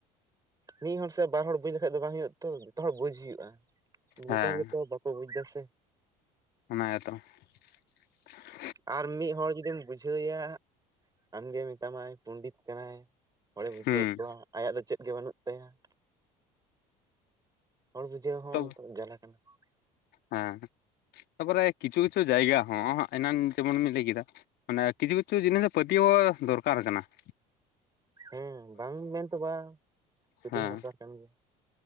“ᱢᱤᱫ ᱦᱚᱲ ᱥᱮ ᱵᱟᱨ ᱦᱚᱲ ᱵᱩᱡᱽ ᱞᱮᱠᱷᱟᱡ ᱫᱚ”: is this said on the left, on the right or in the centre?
Right